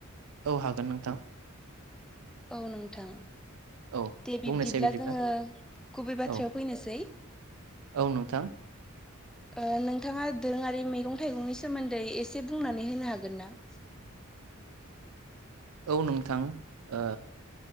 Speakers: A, on the right; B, in the centre.
A: औ हागोन नोंथां।
B: औ नोंथां।
A: औ
B: दे बिबदिब्ला
A: बुंनोसै बिदिब्ला
B: जोङो गुबै बाथ्रायाव
A: औ
B: फैनोसै
A: औ नोंथां
B: ओ नोंथाङा दोरोङारि मैगं थाइगंनि सोमोन्दै एसे बुंनानै होनो हागोन ना <inaudible>
A: औ नोंथां ओ